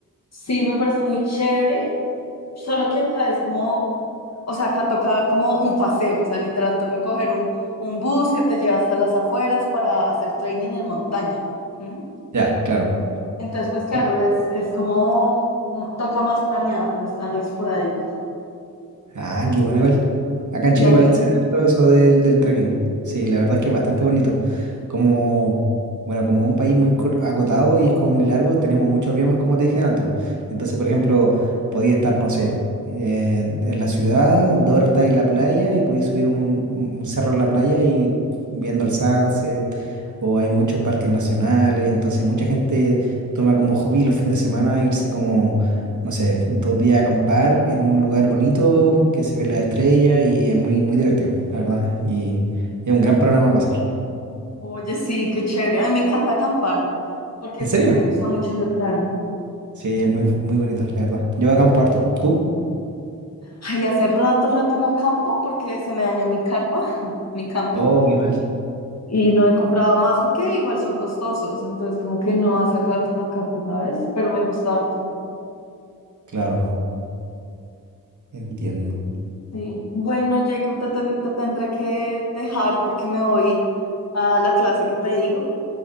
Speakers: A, on the left; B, on the right.
A: Sí, me parece muy chévere. Solo que acá es como, O sea, acá toca como un paseo, o sea, literal toca coger un, un bus que te lleva hasta las afueras para hacer training en montaña. ¿Mm?
B: Ya, claro.
A: Entonces, pues claro,
B: Sí.
A: es, es como mm, toca más planeado, no es tan esporádico.
B: Ah, qué bueno igual. Acá en
A: ¿Y
B: Chile
A: a
B: igual
A: ti?
B: se da todo eso del, del trekking. Sí, la verdad es que es bastante bonito. como, bueno, como un país muy cor- acotado y es como muy largo, tenemos muchos biomas, como te dije antes. po. Entonces, por ejemplo, podía estar, no sé, en, en la ciudad, en dos horas estáis en la playa y podéis subir un, un- un cerro en la playa y viendo el sunset, o hay muchos parques nacionales, entonces mucha gente toma como hobby los fines de semana irse como... No sé, dos días a acampar en un lugar bonito que se ve la estrella y es muy, muy divertido, la verdad. Y es un gran programa para hacer.
A: Oye, sí, qué chévere. A mí me encanta acampar porque
B: ¿En
A: me,
B: serio?
A: me gusta mucho ese plan.
B: Sí, es muy, muy bonito, la verdad. Yo acampo harto. ¿Tú?
A: Ay, hace rato, rato no acampo porque se me dañó mi carpa, <laughs> mi camping,
B: Oh, qué mal.
A: y no he comprado más porque igual son costosos. Entonces, como que no, hace rato no acampo, ¿sabes? Pero me gusta harto.
B: Claro, entiendo.
A: Sí. Bueno, Jacob, te, ten- te tendré que dejar porque me voy a la clase que te digo.